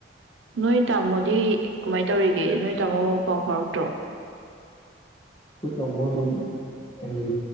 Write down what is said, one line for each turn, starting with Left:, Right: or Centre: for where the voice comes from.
Right: ꯅꯣꯏ ꯇꯥꯃꯣꯗꯤ ꯀꯃꯥꯏꯅ ꯇꯧꯔꯤꯒꯦ ꯅꯣꯏ ꯇꯥꯃꯣ ꯄꯥꯎ ꯐꯥꯎꯔꯛꯇ꯭ꯔꯣ
Left: ꯑꯩꯈꯣꯏ ꯇꯥꯝꯃꯣ ꯑꯗꯨꯝ ꯍꯤꯡꯂꯤ